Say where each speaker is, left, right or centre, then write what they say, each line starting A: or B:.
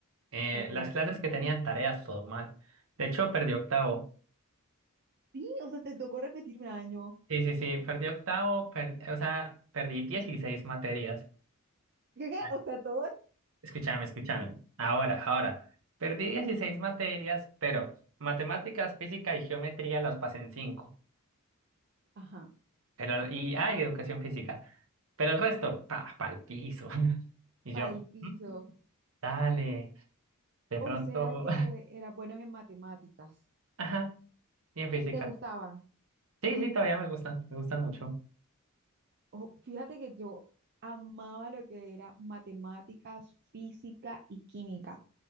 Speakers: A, on the right; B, on the right.
A: Eh,
B: Ok.
A: las clases que tenían tareas, todo mal. De hecho, perdí octavo.
B: Sí, o sea, te tocó repetir un año.
A: Sí, sí, sí, perdí octavo, per- o sea, perdí 16 materias.
B: <laughs>
A: Ah,
B: O sea, todo.
A: Escúchame, escúchame. Ahora, ahora. Perdí 16 materias, pero matemáticas, física y geometría las pasé en cinco
B: Ajá.
A: Pero, y hay educación física. Pero el resto, pa, pa'l piso. <laughs> Y
B: Para
A: yo,
B: el piso.
A: "Mm, dale, de
B: O
A: pronto,
B: sea que eras buenos en matemáticas.
A: <laughs> ajá, y en física.
B: ¿Te gustaban?
A: Sí, sí, todavía me gustan, me gustan mucho.
B: Oh, fíjate que yo amaba lo que era matemáticas, física y química,